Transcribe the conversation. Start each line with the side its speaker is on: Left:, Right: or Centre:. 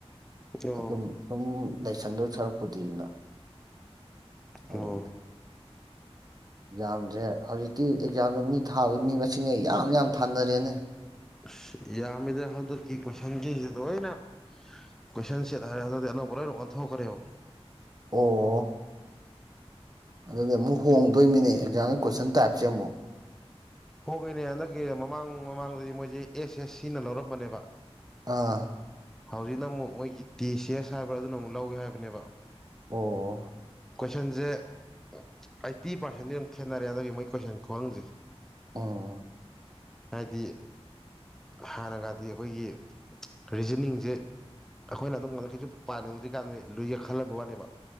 Centre: ꯑꯣ
Right: ꯑꯗꯨꯝ ꯁꯨꯝ ꯂꯥꯏꯁꯟꯗꯣꯏ ꯁꯔꯛꯄꯨꯗꯤꯅ
Centre: ꯑꯣ
Right: ꯑꯗꯣꯝꯗ ꯌꯥꯝꯗ꯭ꯔꯦ ꯍꯧꯖꯤꯛꯇꯤ ꯑꯦꯛꯖꯥꯝꯗꯣ ꯃꯤ ꯊꯥꯕꯒꯤ ꯃꯤ ꯃꯁꯤꯡꯅꯦ ꯌꯥꯝ ꯌꯥꯝ ꯊꯥꯅꯔꯦꯅꯦ
Centre: ꯑꯁ ꯌꯥꯃꯤꯗ ꯍꯟꯗꯛꯇꯤ ꯀꯣꯏꯁꯟꯒꯤꯖꯦ ꯂꯣꯏꯅ ꯀꯣꯏꯁꯟ ꯁꯦꯠ ꯍꯥꯏꯔꯦ ꯍꯟꯗꯛꯇꯤ ꯑꯅꯧꯕ ꯂꯣꯏꯅ ꯑꯣꯟꯊꯣꯛꯈ꯭ꯔꯦꯕ
Right: ꯑꯣ ꯑꯗꯨꯗꯤ ꯑꯃꯨꯛ ꯍꯣꯡꯗꯣꯏꯃꯤꯅꯦ ꯑꯦꯛꯖꯥꯝꯒꯤ ꯀꯣꯏꯁꯟ ꯇꯥꯏꯞꯁꯦ ꯑꯃꯨꯛ
Centre: ꯍꯣꯏꯉꯤꯅꯦ ꯍꯟꯗꯛꯀꯤ ꯃꯃꯥꯡ ꯃꯃꯥꯡꯗꯗꯤ ꯃꯣꯏꯁꯦ ꯑꯦꯁ ꯑꯦꯁ ꯁꯤꯅ ꯂꯧꯔꯝꯕꯅꯦꯕ
Right: ꯑꯥ
Centre: ꯍꯧꯖꯤꯛꯅ ꯑꯃꯨꯛ ꯃꯣꯏꯒꯤ ꯇꯤ ꯁꯤ ꯑꯦꯁ ꯍꯥꯏꯕ꯭ꯔꯥ ꯑꯗꯨꯅ ꯑꯃꯨꯛ ꯂꯧꯏ ꯍꯥꯏꯕꯅꯦꯕ
Right: ꯑꯣ
Centre: ꯀꯣꯏꯁꯟꯁꯦ ꯑꯥꯏꯠꯇꯤ ꯄꯥꯔꯁꯦꯟꯗꯤ ꯌꯥꯝ ꯈꯦꯠꯅꯔꯦ ꯑꯗꯨꯒꯤ ꯃꯣꯏ ꯀꯣꯏꯁꯟ ꯈꯍꯪꯖꯦ
Right: ꯑꯣ ꯑꯣ
Centre: ꯍꯥꯏꯗꯤ ꯍꯥꯟꯅꯒꯗꯤ ꯑꯩꯈꯣꯏꯒꯤ ꯔꯤꯖꯅꯤꯡꯁꯦ ꯑꯩꯈꯣꯏꯅ ꯑꯗꯨꯝ ꯉꯛꯀꯤꯁꯨ ꯄꯥꯅꯤꯡꯗ꯭ꯔꯤ ꯀꯥꯟꯗꯗꯤ ꯂꯨꯢ ꯌꯦ ꯈꯜꯂꯝꯕ ꯋꯥꯅꯦꯕ